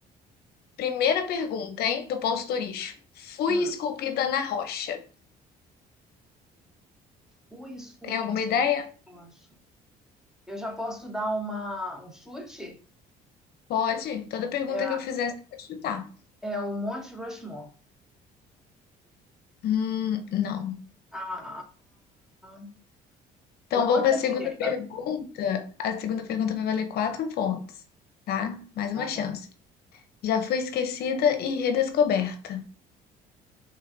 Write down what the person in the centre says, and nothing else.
Hum,
fui esculpido,
eu acho. Eu já posso dar uma, um chute?
É,
é o Monte Rushmore.
Ah, ah,
outra
dica.
Tá
bom.